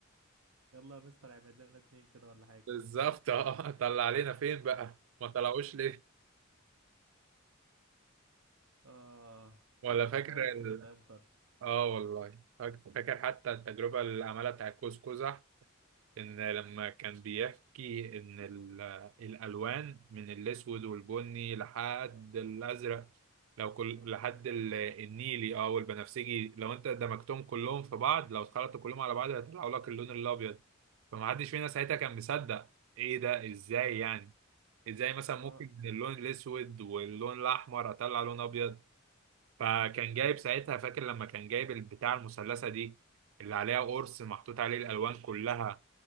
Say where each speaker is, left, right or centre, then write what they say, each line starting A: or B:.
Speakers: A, on the right; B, on the right.
A: <laughs> يلا يا مستر اعمل لنا اتنين كده ولا حاجة
B: بالظبط <laughs> اه طلع علينا فين بقى ما طلعوش ليه
A: اه
B: ولا
A: والله
B: فاكر
A: يا اسطى
B: ال...
A: كانت ايام طرش
B: اه والله فاك- فاكر حتى التجربة اللي عملها بتاع كوز قزح ان لما كان بيحكي ان ال- الالوان من الاسود والبني لحد الازرق لو كل لحد ال- النيلي اه والبنفسجي لو انت دمجتهم كلهم في بعض لو اتخلطوا كلهم على بعض هيطلعوا لك اللون الابيض فمحدش فينا ساعتها كان مصدق ايه ده ازاي يعني ازاي مثلا ممكن
A: اه
B: من اللون الاسود واللون الاحمر اطلع لون ابيض فكان جايب ساعتها فاكر لما كان جايب البتاع المثلثه دي اللي عليها قرص محطوط عليه الالوان كلها